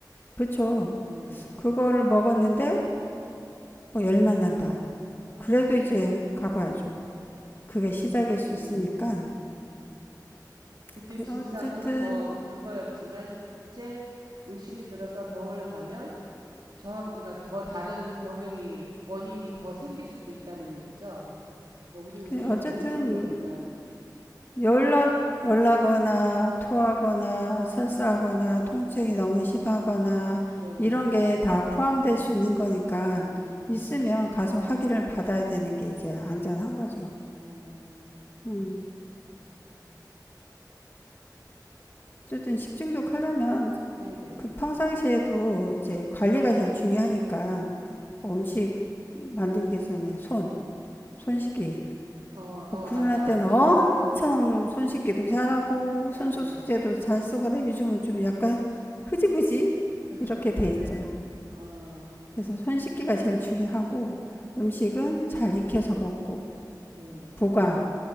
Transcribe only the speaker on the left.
그렇죠.
그거를 먹었는데 뭐 열만 난다. 그래도 이제 가봐야죠. 그게 시작일 수 있으니까
그
어쨌든
그 어쨌든
열나, 열나거나 토하거나 설사하거나 통증이 너무 심하거나
이런 게 다 포함될 수 있는 거니까
있으면 가서 확인을 받아야 되는 게 이제 안전한 거죠.
음.
어쨌든 식중독 하려면
그 평상시에도 이제 관리가 제일 중요하니까 뭐 음식 만들기 전에 손, 손 씻기,
뭐 코로나
때는
엄청
손 씻기도 잘하고
손소독제도
잘 쓰고 근데 요즘은 좀 약간 흐지부지
이렇게 돼 있죠.
그래서 손 씻기가 제일 중요하고 음식은 잘 익혀서 먹고
보관,